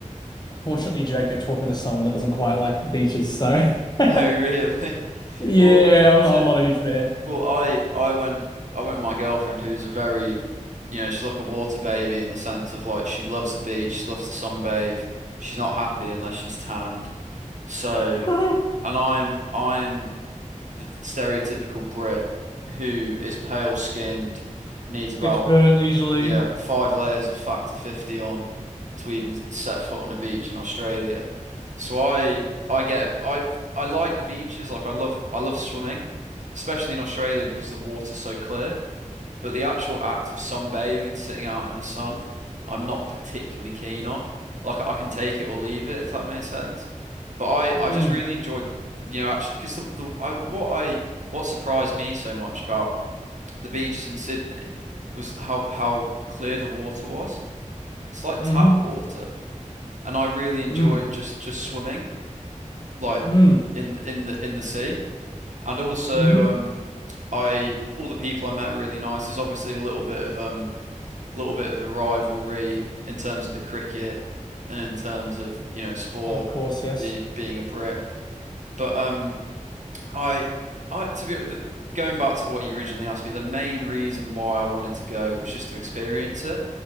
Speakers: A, on the left; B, on the right.
A: unfortunately, Jake, you're talking to someone that doesn't quite like beaches, so <laughs>
B: Oh, really? <laughs>
A: yeah,
B: Well,
A: I'm not
B: to,
A: I'm not a huge fan.
B: well, I I went I went with my girlfriend who's a very, you know, she's like a water baby in the sense of like she loves the beach, she loves to sunbathe. She's not happy unless she's tanned. So,
A: <laughs>
B: and I'm I'm the stereotypical Brit who is pale skinned, needs about
A: Gets burnt easily.
B: yeah, five layers of factor 50 on to even set foot on a beach in Australia. So I I get I I like the beaches, like I love I love swimming, especially in Australia because the water's so clear, but the actual act of sunbathing and sitting out in the sun, I'm not particularly keen on. Like I can take it or leave it if that makes sense. But I
A: Mm.
B: I just really enjoyed, you know, actually because the the I, what I what surprised me so much about the beaches in Sydney was how how clear the water was. It's like
A: Mm-hmm.
B: tap water, and I really enjoyed
A: Mm.
B: just just swimming like
A: Mm.
B: in in the in the sea. And also,
A: Mm-hmm.
B: um, I all the people I met were really nice. There's obviously a little bit of um a little bit of a rivalry in terms of the cricket and in terms of you know sport
A: Of course, yes.
B: being being a Brit, but um. I, I to be the, going back to what you originally asked me, the main reason why I wanted to go was just to experience it